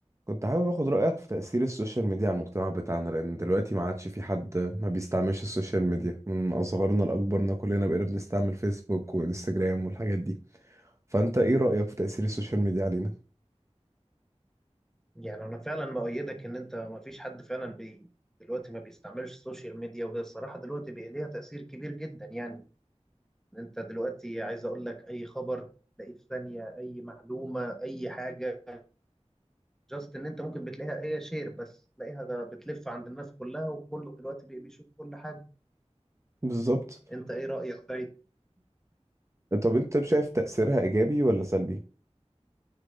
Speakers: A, on the right (about 25°); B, in the centre.
A: كنت حابب اخد رأيك في تأثير السوشيال ميديا على المجتمع بتاعنا لأن دلوقتي ما عادش في حد ما بيستعملش السوشيال ميديا من أصغرنا لأكبرنا كلنا بقينا بنستعمل فيسبوك وانستجرام والحاجات دي فأنت إيه رأيك في تأثير السوشيال ميديا علينا؟
B: يعني انا فعلا بأيدك ان انت ما فيش حد فعلا بي دلوقتي ما بيستعملش السوشيال ميديا وهي الصراحه دلوقتي بقى ليها تاثير كبير جدا يعني إن انت دلوقتي عايز اقول لك اي خبر تلاقيه في ثانيه اي معلومه اي حاجه جاست ان انت ممكن بتلاقيها هي شير بس تلاقيها بتلف عند الناس كلها وكله دلوقتي بي- بيشوف كل حاجه
A: بالظبط
B: انت ايه رايك طيب
A: طب أنت شايف تأثيرها إيجابي ولا سلبي؟